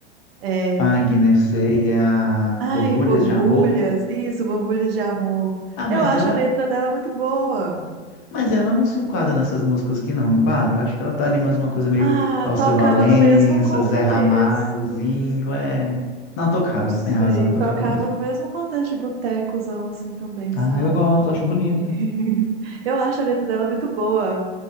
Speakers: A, on the right; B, on the left.
A: É,
B: Pagnecei a
A: ai,
B: Borbulhas
A: borbulhas.
B: de Amor.
A: Isso, borbulhas de amor.
B: Ah, mas
A: Eu acho
B: ela,
A: a letra dela muito boa.
B: mas ela não se enquadra nessas músicas que não enquadra. Acho que ela tá ali mais uma coisa meio
A: Ah,
B: Alceu
A: tocava
B: Valença,
A: no mesmo contexto.
B: Zé Ramalhozinho, é. Não tocava,
A: Não sei,
B: você tem razão, tocava
A: tocava
B: no mesmo.
A: no
B: lugar.
A: mesmo contexto de botecozão, assim também,
B: Ah,
A: sabe?
B: eu gosto, acho bonita.
A: <laughs> Eu acho a letra dela muito boa.